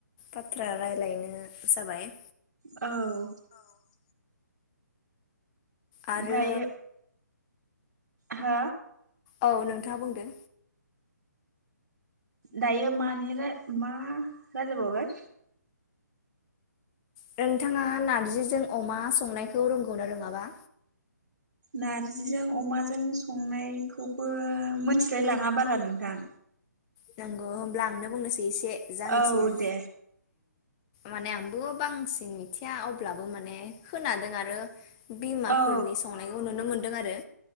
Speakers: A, on the left; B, on the right.
A: बाथ्रा रायज्लायनो जाबाय
B: औ
A: आरो
B: दायो हो
A: औ नोंथाङा बुंदो
B: दायो मानि मा रायलायबावगोन
A: नोंथाङा नारजिजों अमा संनायखौ रोंगौनो रोङाबा?
B: नारजिजों अमाजों संनायखौबो मिथिलाय लाङा बारा नोंथां
A: नंगौ होमब्ला आंनो बुंनोसै एसे जा मिथियो
B: औ दे
A: माने आंबो बांसिन मिथिया अब्लाबो माने खोनादों आरो बिमाफोरनि
B: औ
A: संनायखौ नुनो मोन दों आरो।